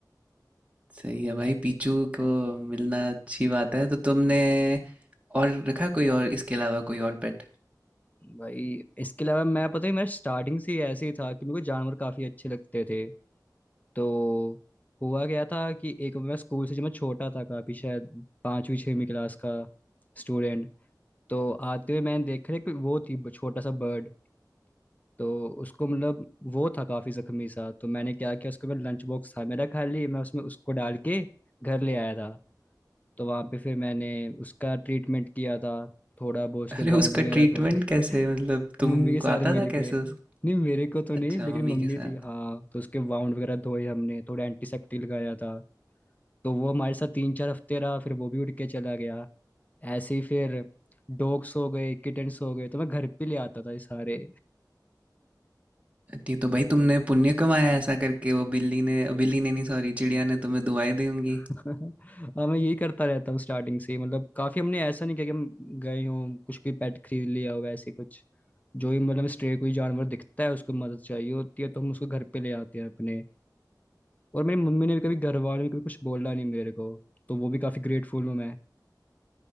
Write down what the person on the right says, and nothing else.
सही है भाई पीचू को मिलना अच्छी बात है तो तुमने और रखा कोई और इसके अलावा कोई और पेट
अरे
उसका
ट्रीटमेंट
कैसे
मतलब तुमको
आता
था कैसे उस
अच्छा
मम्मी
के साथ
ये तो भाई तुमने पुण्य कमाया ऐसा करके वो बिल्ली ने बिल्ली ने नहीं सॉरी चिड़िया ने तुम्हें दुआएं दी होंगी